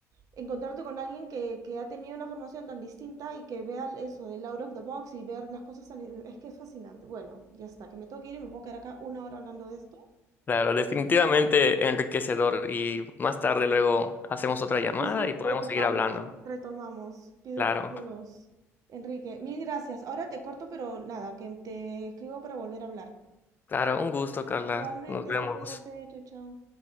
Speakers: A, on the right; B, on the left.
A: encontrarte con alguien que, que ha tenido una formación tan distinta y que vea eso del out of the box y ver las cosas tan, es que es fascinante. Bueno, ya está, que me tengo que ir y me puedo quedar acá una hora hablando de esto.
B: Claro, definitivamente enriquecedor. Y más tarde luego hacemos otra llamada
A: Y sí,
B: y podemos
A: retomamos,
B: seguir hablando.
A: retomamos. Pido
B: Claro,
A: parte 2 Enrique, mil gracias. Ahora te corto, pero nada, que te escribo para volver a hablar.
B: claro, un gusto, Carla.
A: Igualmente,
B: Nos vemos.
A: cuídate, chao, chao.